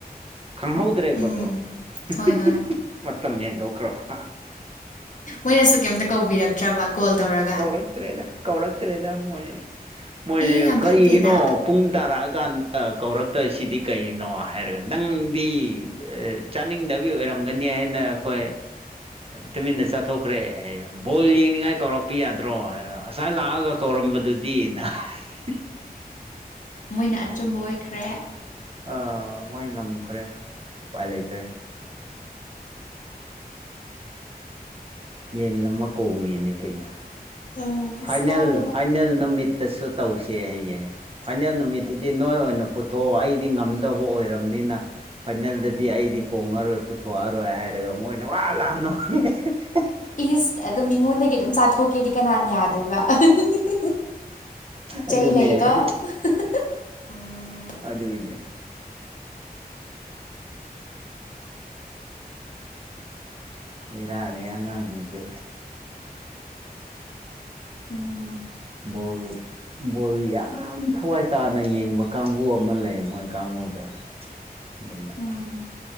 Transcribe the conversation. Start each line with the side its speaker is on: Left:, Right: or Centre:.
Right: ꯈꯪꯍꯧꯗ꯭ꯔꯦꯕ
Left: ꯎꯝ
Right: ꯑꯗꯣ ꯍꯤꯍꯤꯍꯤꯍꯤ
Left: ꯍꯣꯏ ꯍꯣꯏ
Right: ꯃꯇꯝ ꯍꯦꯟꯗꯣꯛꯈ꯭ꯔꯕ
Left: ꯃꯣꯏꯅꯁꯨ ꯀꯩꯝꯇ ꯀꯧꯕꯤꯔꯛꯇ꯭ꯔꯕ ꯀꯣꯜ ꯇꯧꯔꯒ
Right: ꯀꯧꯔꯛꯇ꯭ꯔꯦꯗ ꯀꯧꯔꯛꯇ꯭ꯔꯦꯗ ꯃꯣꯏ ꯃꯣꯏꯁ
Left: ꯑꯦ ꯌꯥꯝ
Right: ꯀꯩꯒꯤꯅꯣ
Left: ꯐꯠꯇꯦꯅ
Right: ꯄꯨꯡ ꯇꯥꯔꯛ ꯑꯀꯥꯟꯗ ꯀꯧꯔꯛ ꯇꯁꯤꯗꯤ ꯀꯩꯅꯣ ꯍꯥꯏꯔꯒ ꯅꯪꯗꯤ ꯆꯥꯅꯤꯡꯗꯕꯤ ꯑꯣꯏꯔꯝꯒꯅꯤ ꯍꯥꯏꯅ ꯑꯩꯈꯣꯏ ꯇꯨꯃꯤꯟꯅ ꯆꯥꯊꯣꯛꯈ꯭ꯔꯦ ꯍꯥꯢꯌꯦ ꯕꯣꯜ ꯌꯦꯡꯅꯤꯡꯉꯥꯏ ꯀꯧꯔꯛꯄ ꯌꯥꯗ꯭ꯔꯣ ꯍꯥꯏꯔꯒ ꯉꯁꯥꯏ ꯂꯥꯛꯑꯒ ꯀꯧꯔꯝꯕ ꯕꯗꯨ ꯗꯤꯅ ꯍꯥꯏ
Left: ꯃꯣꯏꯅ ꯑꯆꯨꯝꯕ ꯑꯣꯏꯈ꯭ꯔꯦ
Right: ꯑꯥ ꯃꯣꯏ ꯉꯝꯈ꯭ꯔꯦ ꯎꯄꯥꯏ ꯂꯩꯇ꯭ꯔꯦ ꯌꯦꯟ ꯑꯃ ꯀꯣꯡꯉꯤꯅꯦ ꯀꯩꯅꯣ
Left: ꯎꯝ ꯀꯩꯁꯨ
Right: ꯐꯥꯏꯅꯦꯜ
Left: ꯀꯥꯏꯗꯦꯗ
Right: ꯐꯥꯏꯅꯦꯜ ꯅꯨꯃꯤꯠꯇꯁꯨ ꯇꯧꯁꯦ ꯍꯥꯢꯌꯦ ꯐꯥꯏꯅꯦꯜ ꯅꯨꯃꯤꯠꯇꯨ ꯅꯣꯏ ꯑꯣꯏꯅ ꯄꯨꯊꯣꯛꯑꯣ ꯑꯩꯗꯤ ꯉꯝꯗꯕ ꯑꯣꯏꯔꯕꯅꯤꯅ ꯐꯥꯏꯅꯦꯜꯗꯗꯤ ꯑꯩꯗꯤ ꯀꯣꯡꯉꯔꯣꯏ ꯄꯨꯊꯣꯛꯑꯔꯣꯏ ꯍꯥꯏꯔꯒ ꯃꯣꯏꯅ ꯋꯥ ꯂꯥꯎꯅ ꯅꯣꯛꯑꯦ ꯍꯤꯍꯤꯍꯤꯍꯤꯍꯤ
Left: ꯏꯁ ꯑꯗꯨꯝ ꯃꯤꯉꯣꯟꯗꯒꯤ ꯑꯗꯨꯝ ꯆꯥꯊꯣꯛꯀꯦꯗꯤ ꯀꯅꯥꯅ ꯌꯥꯏ ꯌꯥꯗꯣꯏꯕ ꯑꯥ ꯍꯤꯍꯤꯍꯤꯍꯤ
Right: ꯑꯗꯨꯅꯦ
Left: ꯆꯩ ꯂꯩꯀꯣ ꯎꯝꯍꯤꯍꯤꯍꯤ
Right: ꯑꯗꯨꯅꯦ ꯕꯦꯔꯥꯅꯦ ꯑꯉꯥꯡꯁꯤꯡꯁꯦ
Left: ꯎꯝ <inaudible>
Right: ꯍꯣꯢꯠ ꯕꯣꯜ ꯌꯥꯝ ꯊꯋꯥꯏ ꯇꯥꯅ ꯌꯦꯡꯕ ꯀꯥꯡꯕꯨ ꯑꯃ ꯂꯩ ꯃꯣꯏ ꯀꯥꯡꯕꯨꯗ ꯑꯗꯨꯅ
Left: ꯎꯝ